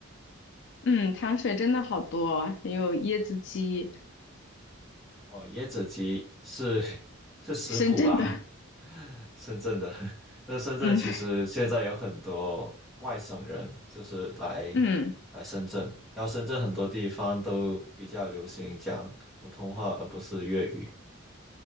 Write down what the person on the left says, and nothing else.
嗯，糖水真的好多，还有椰子鸡，
深圳的，
<laughs> 嗯
嗯